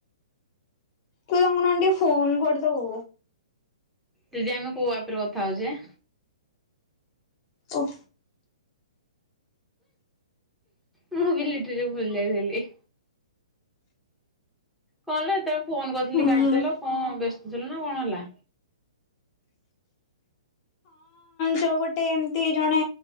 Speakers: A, on the left; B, in the centre.
A: ତୁ ତାଙ୍କୁ ଟିକେ ଫୋନ୍ କରିଦବୁ।
B: ଦିଦି ଆମେ କୋଉ ଆପରେ କଥା ହୋଉଚେ?
A: ଓହ।
B: ମୁଁ ବି ଲିଟରେ ଭୁଲଥିଲି। କଣ ହେଲସେତେବେଳେ ଫୋନ କରିଥିଲି
A: ହୁଁ।
B: କାଟିଦେଲ କଣ ବ୍ୟସ୍ତ ଥିଲ ନା କଣ ହେଲା
A: ଯେଉ ଗୋଟେ ଏମିତି ଜଣେ